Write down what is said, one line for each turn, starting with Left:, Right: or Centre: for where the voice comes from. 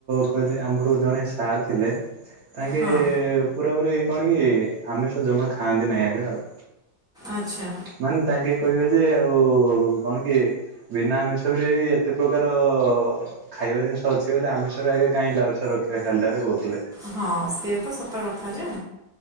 Right: କହିଲେ ଆମର ଜଣେ ସାର୍ ଥିଲେ। ତାଙ୍କେ
Centre: ହଁ
Right: ପୁରାପୁରୀ କଣ କି ଆମିଷ ଜମା ଖାଆନ୍ତି ନାହିଁ, ଆଜ୍ଞା ଆଉ।
Centre: ଆଚ୍ଛା।
Right: ମାନେ ତାଙ୍କେ କହିବେ ଯେ ଆଉ କଣ କି ବିନା ଆମିସ ରେ ବି ଏତେ ପ୍ରକାର ଖାଇବା ଜିନିଷ ଅଛି ବୋଲି ଆମିଷରେ ଆଜ୍ଞ୍ୟା କାଇଁ ଲାଳସା ରଖି ଖାଲିଟାରେ କହୁଥିଲେ।
Centre: ହଁ ସିଏତ ସତ କଥା ନା।